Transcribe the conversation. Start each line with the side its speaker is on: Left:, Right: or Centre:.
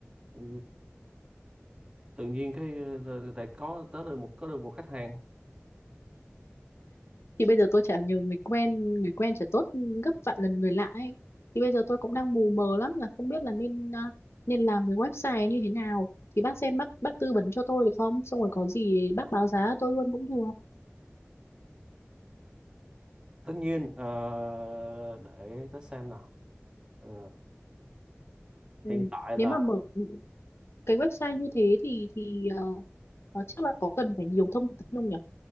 Right: Ừ, tự nhiên cái ờ, ờ, lại có tới được một có được một khách hàng.
Left: Thì bây giờ tôi chả nhờ người quen, người quen chả tốt gấp vạn lần người lạ ấy. Thì bây giờ tôi cũng đang mù mờ lắm là không biết là nên à, nên làm cái website như thế nào. Thì bác xem bác bác tư vấn cho tôi được không? Xong rồi có gì bác báo giá tôi luôn cũng được.
Right: Tất nhiên ờ, để tớ xem nào. Ờ,
Left: Ừ.
Right: hiện tại là
Left: Nếu mà mở cái website như thế thì thì ờ, ờ, chắc là có cần phải nhiều thông tin không nhỉ?